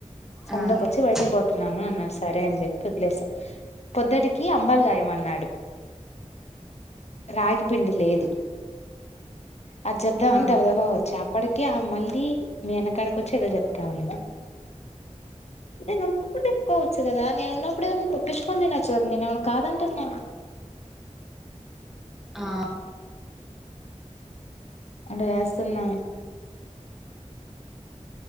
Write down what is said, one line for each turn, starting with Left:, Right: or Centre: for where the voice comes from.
Left: సందులోకి
Centre: ఆ ఆ
Left: వచ్చి బయటికి పోతున్నాను అన్నాడు సరే అని చెప్పి వదిలేస్త పొద్దుటికి అంబల కాయమనాడు రాగి పిండి లేదు అది చూద్దాం అని
Centre: ఆ
Left: దబ్బదబా వచ్చ అప్పటి మళ్ళీ <unintelligible> అక్కడికి వచ్చే ఏదో చెప్తా ఉంది నేను ఉన్నప్పుడు చెప్పుకోవచ్చు కదా నేను ఉన్నప్పుడు ఏదన్నా <unintelligible> తినొచ్చు కదా నేను ఏం అన్న కాదు అంటున్న
Centre: ఆ
Left: ఆట చేస్తుంది ఆమె